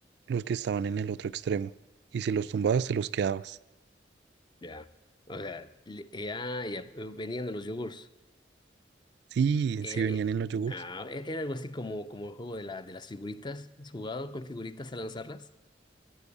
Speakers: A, on the right; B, on the left.
A: los que estaban en el otro extremo. Y si los tumbabas, te los quedabas.
B: Ya. O sea, le- ya, ya, eh, venían de los yogurts.
A: Sí,
B: Era,
A: si venían
B: eh,
A: en los yogures.
B: ah, e, era algo así como, como el juego de la, de las figuritas. ¿Has jugado con figuritas a lanzarlas?